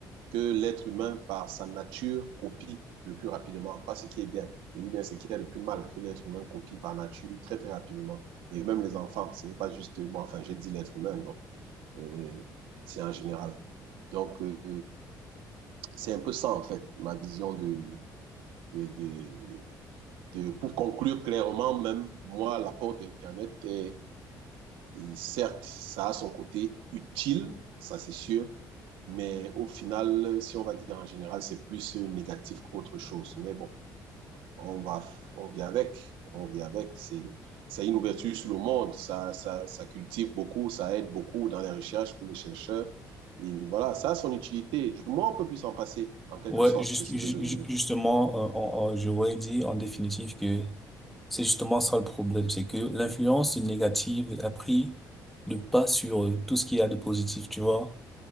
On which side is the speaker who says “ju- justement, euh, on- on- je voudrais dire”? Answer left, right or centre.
Centre